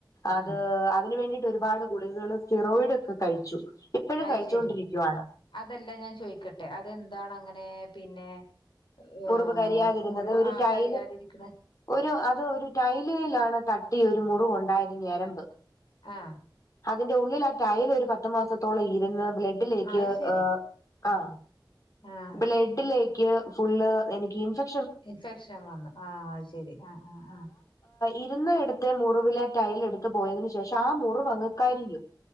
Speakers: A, on the left; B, on the left.
A: ഉം
B: അത് അത് അതിന് വേണ്ടിട്ട് ഒരുപാട് ഗുളികകള് തിറോയിഡ് ക്കെ കഴിച്ചു ഇപ്പോഴും
A: അത്
B: കഴിച്ചുകൊണ്ടിരിക്കുവാണ്
A: ശെരി അതെല്ല ഞാൻ ചോയ്ക്കട്ടെ അതെന്താണ് അങ്ങനെ പിന്നെ ഏഹ്
B: മുറിവ് കരിയാതിരുന്നത്
A: മുറിവ്
B: ഒരു
A: ആഹ്
B: ടൈല്
A: കരിയാതിരിക്കണ
B: ഒരു അത് ഒരു ടൈലിലാണ് തട്ടി ഒരു മു റിവ്ണ്ടായത് ഞരമ്പ്
A: ആ
B: അതിന്റെ ഉള്ളിൽ ആ ടൈൽ ഒരു പത്തു മാസത്തോളം ഇരുന്ന് ബ്ലഡിലേക്ക്
A: അത്
B: എ
A: ശരി ആഹ്
B: ആ
A: ആഹ്
B: ബ്ലഡ്ഡിലേക് ക്ക് ഫുള്ള് എനിക്ക്‌ ഇൻഫെ
A: ഇൻഫെക്ഷൻ വന്നു ആ അത് ശെരി ആ ആ ആ
B: ഇരുന്നിടത്തെ മുറിവിലെ ടൈൽ എടുത്ത് പോയതിന് ശേഷം ആ മുറിവങ്ങ് കരിഞ്ഞു